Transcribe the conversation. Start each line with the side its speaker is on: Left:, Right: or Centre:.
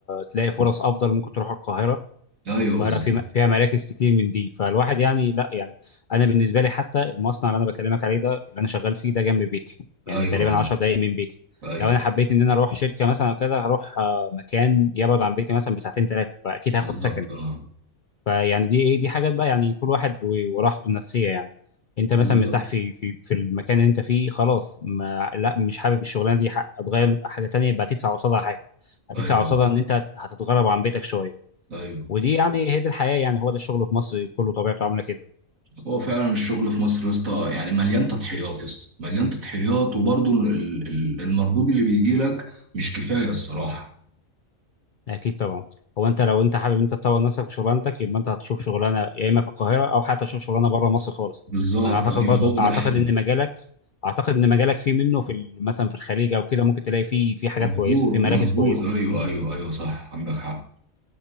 Left: تلاقي فرص افضل ممكن تروح القاهره
Right: ايوه
Left: القاهره
Right: بالظبط
Left: في فيها مراكز كتير من دي فالواحد يعني لا يعني انا بالنسبه لي حتى المصنع اللي انا بكلمك عليه ده اللي انا شغال فيه ده جنب بيتي يعني
Right: ايوه
Left: تقريبا
Right: اه
Left: 10 دقائق من بيتي
Right: ايوه
Left: لو انا حبيت ان انا اروح شركه مثلا او كده هروح آه، مكان يبعد عن بيتي مثلا بساعتين ثلاثه فاكيد
Right: بالظبط
Left: هاخد سكن
Right: اه
Left: فيعني دي ايه دي حاجات بقى يعني كل واحد و- وراحته النفسيه يعني انت
Right: بالظبط
Left: مثلا مرتاح في في في المكان اللي انت فيه خلاص ما لا مش حابب الشغلانه دي ح- هتغير حاجه تانية يبقى هتدفع قصادها حاجه هتدفع
Right: ايوه
Left: قصادها ان انت هت- هتتغرب عن بيتك شويه
Right: ايوه
Left: ودي يعني هي دي الحياه يعني هو ده الشغل في مصر كله طبيعته عامله كده
Right: هو فعلا الشغل في مصر يا اسطى يعني مليان تضحيات يا اسطى مليان تضحيات وبرضه ال- ال- المردود اللي بيجي لك مش كفايه الصراحه
Left: اكيد طبعا هو انت لو انت حابب انت تطور نفسك في شغلانتك يبقى انت هتشوف شغلانه يا اما في القاهره او حتى تشوف شغلانه بره مصر خالص
Right: بالظبط
Left: انا اعتقد
Right: ايوه
Left: برضو
Right: هو ده
Left: اعتقد
Right: الحل
Left: ان مجالك اعتقد ان مجالك فيه منه في ال- مثلا في الخليج او كده ممكن تلاقي فيه في حاجات
Right: مظبوط
Left: كويسه في مراكز
Right: مظبوط
Left: كويسه
Right: ايوه
Left: مم.
Right: ايوه ايوه صح عندك حق